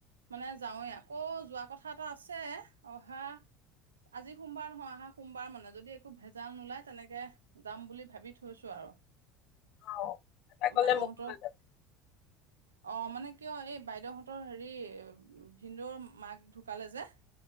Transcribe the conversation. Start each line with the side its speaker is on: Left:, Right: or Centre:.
Right: মানে যাওঁৱে। আকৌ যোৱা কথা এটা আছে অহা আজি সোমবাৰ নহয়, আহা সোমবাৰ মানে যদি একো ভেঁজাল নোলায়, তেনেকে যাম বুলি ভাবি থৈছো আৰু।
Left: অ এবাৰ গলে
Right: বাইদেউহঁতৰ
Left: মোকো লৈ যাবি
Right: অ', মানে কিয় এই বাইদেউহঁতৰ হেৰি ভিনদৌৰ মাক ঢুকালে যে